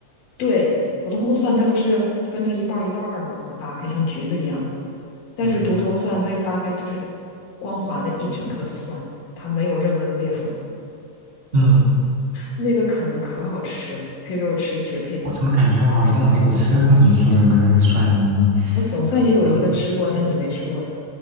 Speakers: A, on the left; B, on the right.
A: 对，普通的蒜它不是分成一半儿一半儿的吗？一扒开像橘子一样，但是独头蒜它一扒开就是
B: 嗯
A: 光滑的一整颗蒜，它没有任何的裂缝，
B: 嗯，
A: 那个啃的可好吃，配肉吃绝配。
B: 我怎么感觉我好像没有吃过你形容的这个蒜呢？你
A: 我总算也有一个吃过，
B: 啊，是
A: 但你没吃过的